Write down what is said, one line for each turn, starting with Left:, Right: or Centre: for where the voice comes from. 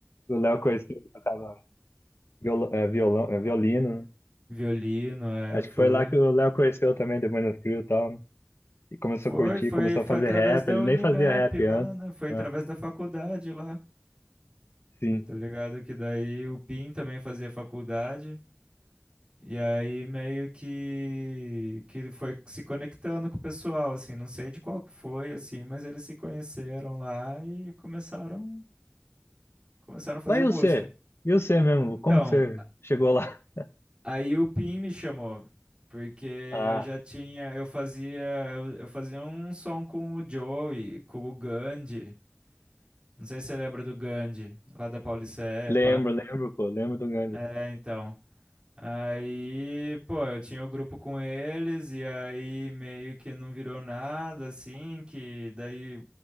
Left: O Léo conheceu que tocava viol, é, violão, é, violino, né?
Right: violino, é,
Left: Acho
Right: foi,
Left: que foi lá que o Léo conheceu também, depois no Trio e tal. né? E começou
Right: foi,
Left: a curtir,
Right: foi,
Left: começou
Right: foi
Left: a fazer
Right: através
Left: rap.
Right: da
Left: Ele
Right: Unimep
Left: nem fazia rap
Right: lá,
Left: antes,
Right: né, foi
Left: né?
Right: através da faculdade lá,
Left: Sim.
Right: tá ligado, que daí o PIN também fazia faculdade, E aí meio que que ele foi se conectando com o pessoal, assim, não sei de qual que foi, assim, mas eles se conheceram lá e começaram começaram a fazer
Left: Mas e você?
Right: música.
Left: E você mesmo?
Right: Então,
Left: Como que você chegou lá? <laughs>
Right: aí o Pim me chamou, porque eu
Left: Ah,
Right: já tinha, eu fazia, eu, eu fazia um som com o Joey, com o Gandhi. Não sei se você lembra do Gandhi, lá da Pauliceia,
Left: lembro,
Right: pá.
Left: lembro, pô, lembro do Gandhi.
Right: É, então. Aí, pô, eu tinha o grupo com eles e aí meio que não virou nada, assim, que daí